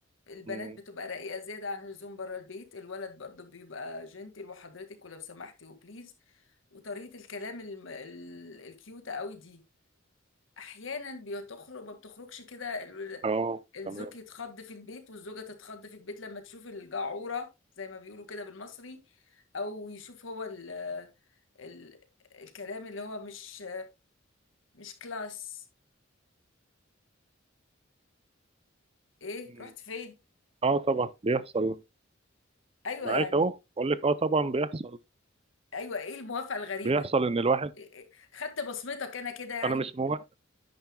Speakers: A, on the left; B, on the right.
A: البنات
B: مم،
A: بتبقى رقيقة زيادة عن اللزوم بره البيت الولد برضو بيبقى جنتل وحضرتك ولو سمحتي وبليز وطريقة الكلام ال- ال- الكيوتة قوي دي احيانا بتخرج ما بتخرجش كده
B: اه
A: الزوج
B: تمام
A: يتخض في البيت والزوجة تتخض في البيت لما تشوف الجعورة زي ما بيقولوا كده بالمصري أو يشوف هو ال ال الكلام اللي هو مش مش كلاس إيه
B: مم.
A: رحت فين
B: اه طبعا بيحصل
A: أيوة
B: معاك
A: يعني
B: اهو بقول لك اه طبعا بيحصل
A: أيوة إيه الموافقة الغريبة
B: بيحصل
A: دي
B: ان الواحد
A: إيه إيه، خدت بصمتك أنا كده يعني
B: انا مش موافق